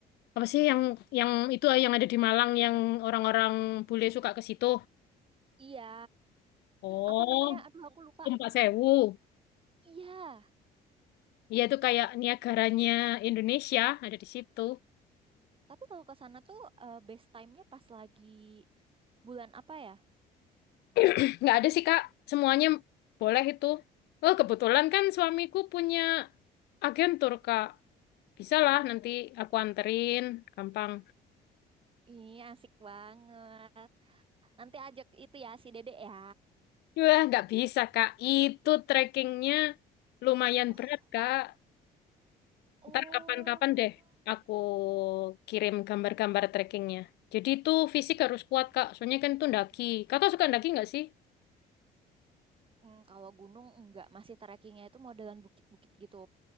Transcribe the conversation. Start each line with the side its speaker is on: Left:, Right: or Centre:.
Left: Apa sih yang yang itu ah, yang ada di Malang yang orang-orang bule suka ke situ?
Right: Iya.
Left: Oh,
Right: Apa namanya? Aduh, aku lupa.
Left: Tumpak Sewu.
Right: Iya.
Left: Iya itu kayak Niagaranya Indonesia ada di situ.
Right: Tapi kalau ke sana tuh eh, best time-nya pas lagi bulan apa ya?
Left: <clears throat> Nggak ada sih Kak, semuanya boleh itu. Oh kebetulan kan suamiku punya agen tur Kak. Bisa lah nanti aku anterin, gampang.
Right: Iya asik banget. Nanti ajak itu ya si Dede ya.
Left: Wah nggak bisa Kak, itu trekkingnya lumayan
Right: Oh,
Left: berat Kak.
Right: oh.
Left: Ntar kapan-kapan deh aku kirim gambar-gambar trekkingnya. Jadi itu fisik harus kuat, Kak. Soalnya kan itu ndaki. Kakak suka ndaki nggak sih?
Right: Mm, kalau gunung enggak, masih trekkingnya itu modelan bukit-bukit gitu.